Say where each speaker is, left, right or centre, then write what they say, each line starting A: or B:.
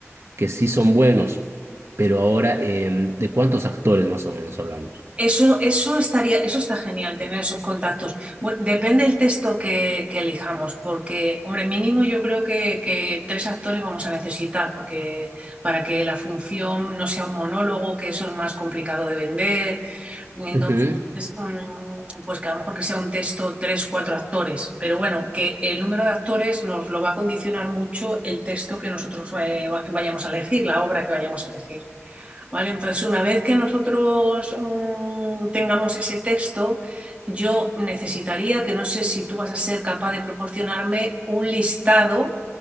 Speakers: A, on the right; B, on the right.
A: que sí son buenos, pero ahora, eh, ¿de cuántos actores más o menos hablamos?
B: Eso, eso estaría, eso está genial, tener esos contactos. Bueno, depende del texto que, que elijamos, porque, hombre, mínimo yo creo que, que tres actores vamos a necesitar, porque para que la función no sea un monólogo, que eso es más complicado de vender. Entonces,
A: Ujú.
B: mm, pues que a lo mejor que sea un texto tres, cuatro actores. Pero bueno, que el número de actores nos lo va a condicionar mucho el texto que nosotros eh, vayamos a elegir, la obra que vayamos a elegir. Vale, entonces una vez que nosotros mm, tengamos ese texto, yo necesitaría, que no sé si tú vas a ser capaz de proporcionarme un listado